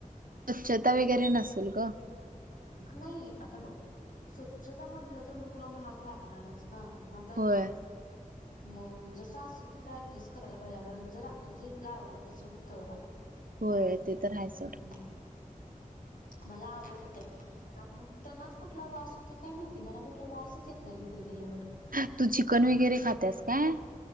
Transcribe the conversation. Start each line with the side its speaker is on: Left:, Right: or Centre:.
Right: स्वच्छता वगैरे नसल ग.
Left: नही आता बघ स्वच्छता म्हनंलं तर म तुला महाग लागणारच. ना म आता.
Right: होय
Left: म जसं असल तिथं ऍडजस्ट करायला पाहिजे आपल्याला जरां म्हणजे इथलं आवडत असेल तर आ. <inaudible>
Right: होय ते तर हाय सोड.
Left: म! मला आवडतंय. त्यां मग त्यांनाच कुठला वास येतोय काय माहिती मला कुठला वासच येत नाही तिथं गेल्यावर.
Right: हं तू चिकन वगैरे खात्यास काय?